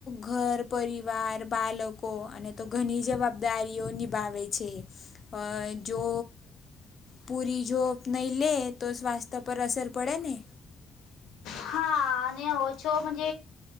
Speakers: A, on the left (about 40°); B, on the left (about 80°).
A: ઘર, પરિવાર, બાલકો અને તો ઘની જવાબદારીઓ નિભાવે છે અ જો પૂરી જોબ નહીં લે તો સ્વાસ્થ્ય પર અસર પડે ને
B: હા અને ઓછોબજ